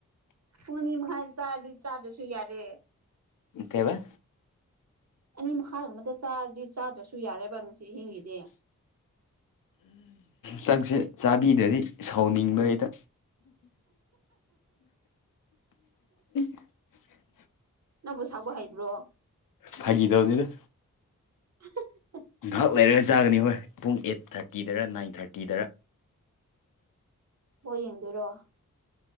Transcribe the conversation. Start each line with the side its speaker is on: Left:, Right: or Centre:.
Right: ꯄꯨꯡ ꯑꯅꯤ ꯃꯈꯥꯏꯗ ꯆꯥꯔꯗꯤ ꯆꯥꯗ꯭ꯔꯁꯨ ꯌꯥꯔꯦ
Left: ꯀꯩꯑꯕ
Right: ꯑꯅꯤ ꯃꯈꯥꯒꯨꯝꯕꯗ ꯆꯥꯔꯗꯤ ꯆꯥꯗ꯭ꯔꯁꯨ ꯌꯥꯔꯦꯕ ꯉꯁꯤ ꯑꯍꯤꯡꯒꯤꯗꯤ
Left: ꯆꯥꯛꯁꯦ ꯆꯥꯕꯤꯗꯔꯗꯤ ꯁꯥꯎꯅꯤꯡꯕ ꯑꯩꯗ <unintelligible>
Right: ꯅꯪꯕꯨ ꯁꯥꯎꯕ ꯍꯩꯕ꯭ꯔꯣ
Left: ꯐꯥꯒꯤꯇꯧꯕꯅꯤꯗ
Right: <unintelligible>
Left: ꯉꯍꯥꯛ ꯂꯩꯔꯒ ꯆꯥꯒꯅꯤ ꯍꯣꯏ ꯄꯨꯡ ꯑꯩꯠ ꯊꯔꯇꯤꯗꯔ ꯅꯥꯏꯟ ꯊꯔꯇꯤꯗꯔ
Right: ꯕꫭꯜ ꯌꯦꯡꯗꯣꯏꯔꯣ